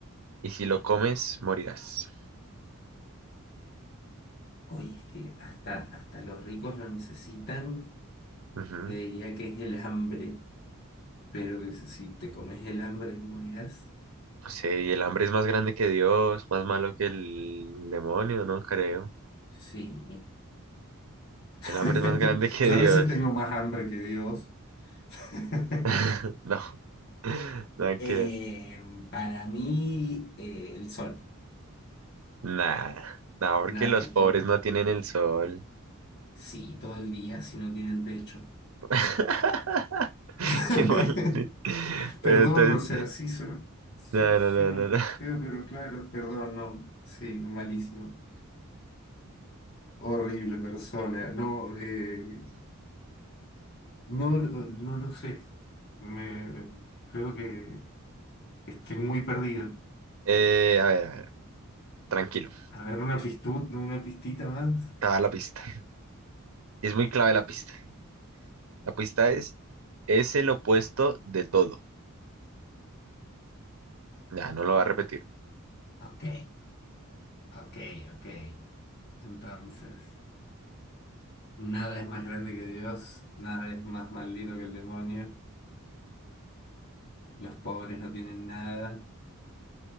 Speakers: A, on the right (about 65°); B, on the left (about 50°).
A: y si lo comes, morirás.
B: Oye, es que hasta, hasta los ricos lo necesitan.
A: Ujú.
B: Te diría que es el hambre, pero que si si te comes el hambre morirás.
A: No sé, y el hambre es más grande que Dios, más malo que el demonio, no creo.
B: Sí. <laughs>
A: El hambre es más grande que
B: Yo
A: Dios.
B: a veces tengo más hambre que Dios. <laughs>
A: <laughs> No, <laughs> no
B: Eh,
A: quiero.
B: para mí, eh, el sol.
A: Nah, nah, porque
B: Nada,
A: los
B: tampoco.
A: pobres no tienen el sol.
B: Sí, todo el día, si no tienen techo.
A: <laughs>
B: <laughs>
A: Qué mal.
B: Perdón,
A: Pero entonces,
B: o sea, sí suena, su-
A: no,
B: suena
A: no, no, no, no.
B: feo, pero claro, perdón, no. Sí, malísimo. Horrible persona. No, eh, no, lo- no lo sé. Me, creo que estoy muy perdido.
A: Eh, a ver, a ver, tranquilo,
B: A ver, una pistu- una pistita más.
A: te voy a dar la pista. Es muy clave la pista. La pista es, es el opuesto de todo. Ya, no lo va a repetir.
B: Ok, ok, ok. Entonces. Nada es más grande que Dios, nada es más maldito que el demonio. Los pobres no tienen nada,